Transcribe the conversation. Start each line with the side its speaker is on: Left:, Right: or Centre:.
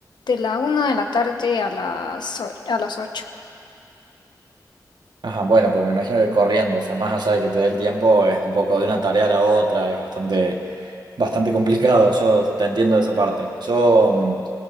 Left: de la una de la tarde a las, o- a las ocho.
Right: Ajá, bueno, pero me imagino que corriendo, o sea, más allá de que te dé el tiempo, es un poco de una tarea a la otra, es bastante, bastante complicado, yo te entiendo de esa parte. Yo, mm,